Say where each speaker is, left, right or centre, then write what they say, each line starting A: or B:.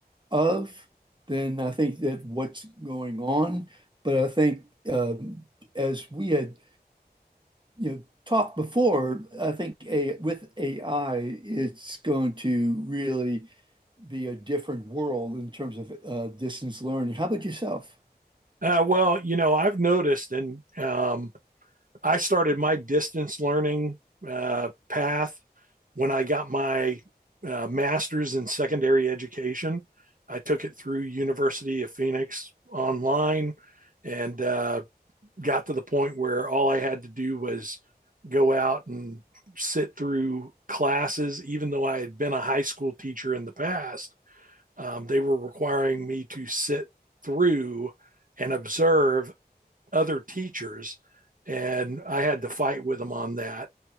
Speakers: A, on the right; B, on the right.
A: of than I think that what's going on. But I think um, as we had you know talked before, I think a with AI, it's going to really be a different world in terms of uh, distance learning. How about yourself?
B: Uh, well, you know, I've noticed, and um, I started my distance learning uh, path when I got my uh, master's in secondary education. I took it through University of Phoenix online, and uh, got to the point where all I had to do was go out and sit through classes, even though I had been a high school teacher in the past. Um, they were requiring me to sit through and observe other teachers, and I had to fight with them on that.